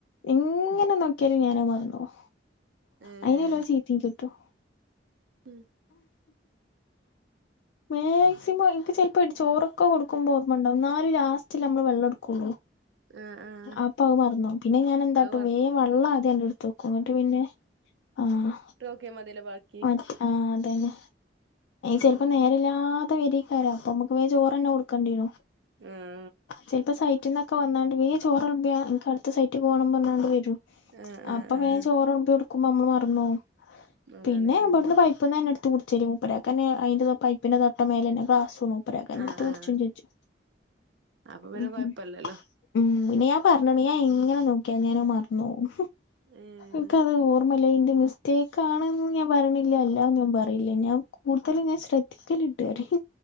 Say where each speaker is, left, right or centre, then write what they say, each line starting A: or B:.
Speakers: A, on the left; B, on the right.
A: എങ്ങനെ നോക്കിയാലും ഞാനത് മറന്നോവും
B: ഏഹ്
A: അയിനല്ല ചീത്തേം കിട്ടും
B: ഉം
A: മാക്സിമം എനിക്ക് ചെൽപ്പോ ചോറൊക്കെ കൊടുക്കുമ്പോ ഓർമ്മണ്ടാവുംന്നാലും ലാസ്റ്റല്ലേ മ്മള് വെള്ളം എടു ക്കുളു
B: ആഹ് ആഹ്
A: അപ്പ അത് മറന്നോവും പിന്നെ ഞാൻ എന്താട്ടുംവേം
B: അത് വറക്കും
A: വെള്ളദ്യം അങ്ങ് എടുത്തോകും ന്നട്ട് പിന്നെ ആഹ്
B: ക്ക്യമതിലാ ബാക്കി
A: ആഹ് അതന്നെ
B: ഉം
A: ചെലപ്പോ നേരല്ലാ ത്താ വരിക്കാരാ അപ്പോമ്മക്ക് വേ ചോറെന്നെ കൊടുക്കണ്ടിരോ
B: ഉം
A: ചെലപ്പോ സൈറ്റിനൊക്കെ വന്നാണ്ട് വേഗം ചോറ് വേളമ്പിയ എനിക്ക് അടുത്ത സൈറ്റിക്ക് പോണം എന്നു പറഞ്ഞാണ്ട് വരും
B: ആഹ് ആഹ്
A: അപ്പം വേ
B: ആഹ്
A: ചോറ് വേളമ്പി കൊടുക്കുമ്പോ നമ്മള് മറന്നു പോവും
B: അതാണ്
A: പിന്നെ ഇവിടുന്ന്
B: ഉം
A: പൈപ്പിന്ന് തന്നെ എടുത്ത് കുടിച്ചൽ മൂപ്പരാക്ക് അതിന്റെ പൈപ്പിന്റെ തൊട്ടു മേൽ തന്നെ ക്ലാസ്ണു മൂപ്പരാക്ക ന്നെ
B: ആഹ്
A: എടുത്തു കുടി
B: ആഹ്
A: ചും ചെച്ചു
B: അപ്പൊ പിന്നെ
A: ഉമ്
B: കൊഴപ്പല്ലല്ലോ
A: ഉമ് ഉം പിന്നെ ഞാൻ പറഞ്ഞ് ണ് ഞാൻ എങ്ങനെ നോക്കിയാ ഞാന് അഹ് മറ്ന്നോ വും
B: ഏ
A: ഇന്ക്ക് അത് ഓർമ്മല്ല ഇന്റെ മിസ്റ്റേക്ക് ആണ് ന്നു ഞാൻ പറയിണില്ല അല്ലാന്നു ഞാൻ പറില്ല ഞാൻ കൂടു തലും ഞാൻ ശ്രദ്ധിക്കല്ണ്ട് അ റിം